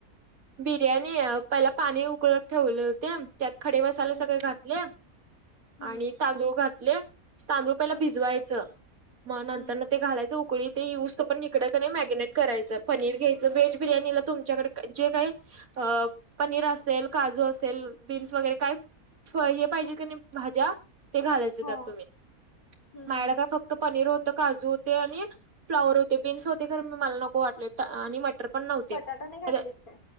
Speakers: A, on the right; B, on the left.
A: बिर्याणी अ- पहिला पाणी उकळत ठेवले होते त्यात खडे मसाले
B: हं,
A: सगळे घातले
B: हं,
A: आणि तांदूळ घातले तांदूळ पहिला
B: हं,
A: भिजवायचं मग नंतर
B: हं.
A: न ते घालायच उकळी ते येऊस तोवर इकड कनी मॅग्नेट करायचं पनीर घ्यायचं वेज बिर्यानीला तुमच्याकडे जे काही अ- पनीर असेल, काजू असेल, बीन्स वगैरे काय हे पाहिजे कणी भाज्या ते घालायच
B: हां.
A: त्यात तुम्ही.
B: हं,
A: माझ्याकड
B: हं.
A: काय फक्त पनीर होत, काजू होते, आणि फ्लावर होते, बीन्स होते, तर पण मला नको वाटले आणि म टर पण नव्हते
B: बटाटा नाही
A: आणि
B: घातलीस काय?